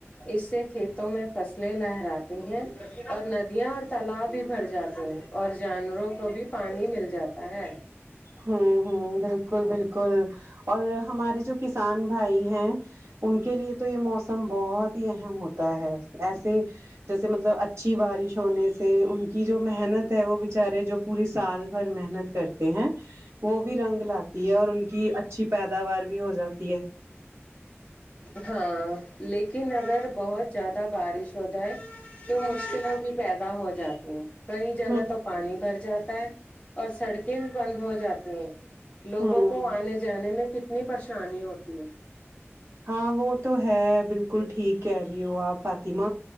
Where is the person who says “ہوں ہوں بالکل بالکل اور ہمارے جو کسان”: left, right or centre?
Right